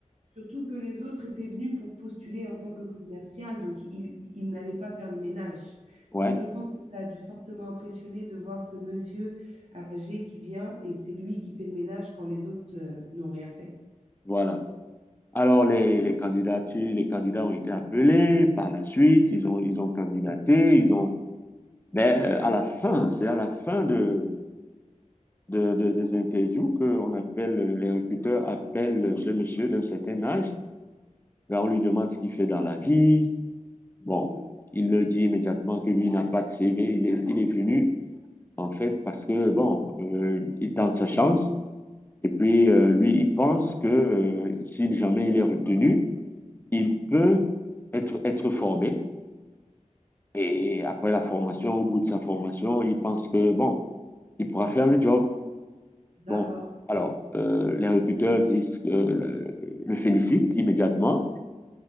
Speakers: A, on the right; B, on the left.
A: surtout que les autres étaient venus pour postuler en tant que commercial, donc ils, ils n'allaient pas faire le ménage.
B: Ouais,
A: Donc je pense que ça a dû fortement impressionner de voir ce monsieur âgé qui vient et c'est lui qui fait le ménage quand les autres euh, n'ont rien fait.
B: voilà. Alors, les, les candidatures, les candidats ont été appelés par la suite, ils ont, ils ont candidaté, ils ont... Mais euh, à la fin, c'est à la fin de de, de- des interviews qu'on appelle, euh, les recruteurs appellent ce monsieur d'un certain âge. Ben, on lui demande ce qu'il fait dans la vie. Bon,
A: Mhm.
B: il le dit immédiatement que lui n'a pas de CV. Il est, il est venu, en fait, parce que, bon, euh, il tente sa chance. Et puis, euh, lui, il pense que euh, si jamais il est retenu, il peut être, être formé. Et après la formation, au bout de sa formation, il pense que, bon, il pourra faire le job.
A: D'accord.
B: Bon, alors, euh, les recruteurs disent que, euh, le, le félicitent immédiatement